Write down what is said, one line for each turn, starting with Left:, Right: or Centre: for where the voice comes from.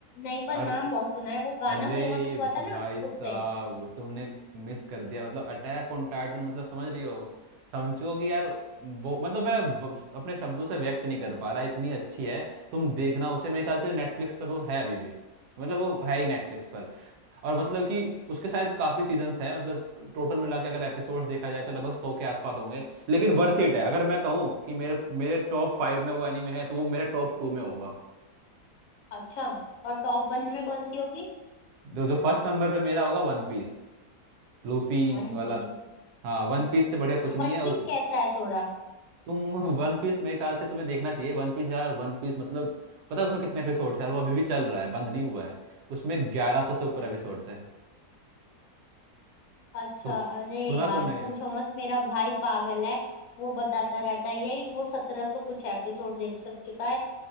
Left: नई पर
Right: और
Left: नाम बहुत सुना है वो गाना
Right: अरे
Left: फेमस
Right: ये
Left: हुआ था
Right: भाई
Left: ना
Right: साहब
Left: उससे
Right: तुमने मिस कर दिया मतलब अटैक ऑन टाइटन मतलब समझ रही हो समझो कि यार वो मतलब मैं ब- अपने शब्दों से व्यक्त नहीं कर पा रहा इतनी अच्छी है तुम देखना उसे मेरे ख्याल से नेटफ्लिक्स पर वो है अभी भी मतलब वो है ही नेटफ्लिक्स पर और मतलब कि उसके शायद काफी सीजन्स हैं मतलब टोटल मिला के अगर एपिसोड्स देखा जाए तो लगभग सौ के आसपास होंगे लेकिन वर्थ इट है अगर मैं कहूँ कि मेरे मेरे टॉप फाइव में वो एनीमे है तो वो मेरे टॉप टू में होगा
Left: अच्छा और टॉप वन में कौन सी होगी
Right: जो जो फर्स्ट नंबर पे मेरा होगा वन पीस लूफी
Left: One
Right: वाला
Left: Piece
Right: हाँ वन पीस से बढ़िया कुछ नहीं
Left: वन
Right: है
Left: पीस
Right: और
Left: कैसा है थोड़ा
Right: तुम <laughs> वन पीस मेरे ख्याल से तुम्हें देखना चाहिए वन पीस यार वन पीस मतलब पता है उसमें कितने एपिसोड्स हैं और वो अभी भी चल रहा है बंद नहीं हुआ है उसमें ग्यारह सौ से ऊपर एपिसोड्स हैं
Left: अच्छा
Right: सो सुना
Left: अरे यार
Right: तुमने
Left: पूछो मत मेरा भाई पागल है वो बताता रहता है यही वो सत्रह सौ कुछ एपिसोड देख सक चुका है